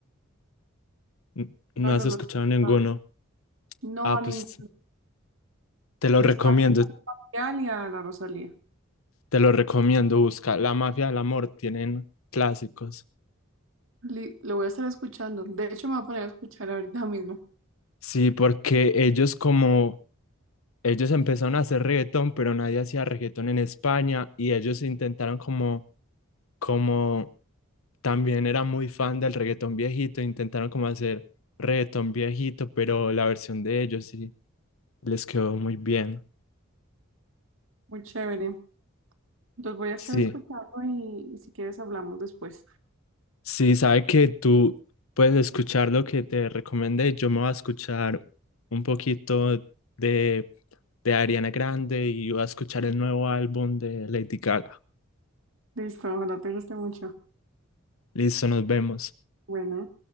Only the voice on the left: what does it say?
N- No
has
escuchado
ninguno.
Ah,
pues
te lo
recomiendo,
te lo recomiendo. Busca La Mafia del Amor, tienen clásicos.
Sí, porque ellos como, ellos empezaron a hacer reggaetón, pero nadie hacía reggaetón en España y ellos intentaron como como también era muy fan del reggaetón viejito, intentaron como hacer reggaetón viejito, pero la versión de ellos sí les quedó muy bien.
Sí,
sí, sabe que tú puedes escuchar lo que te recomendé, yo me voy a escuchar un poquito de, de Ariana Grande y voy a escuchar el nuevo álbum de Lady Gaga.
Listo, nos vemos.